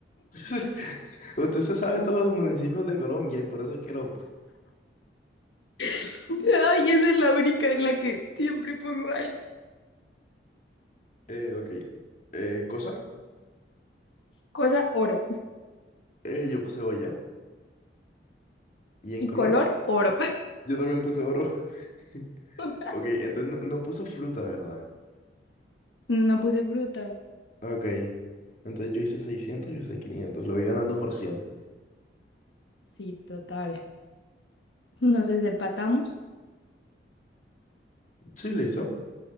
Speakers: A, on the left; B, on the left.
A: <laughs> Usted se sabe todos los municipios de Colombia y por eso es que lo... pu-
B: <laughs> Ay, esa es la única en la que siempre pongo algo.
A: Eh, ok. Eh, cosa,
B: Cosa oro.
A: eh, yo puse olla. ¿Y en
B: Y
A: color?
B: color Oro.
A: Yo también puse oro. <laughs>
B: <laughs>
A: Ok, entonces no, no puso fruta, ¿verdad?
B: No puse fruta.
A: Ok. Entonces yo hice seiscientos yo hice quinientos Lo voy ganando por cien
B: Sí, total. Nos desempatamos.
A: Sí, listo.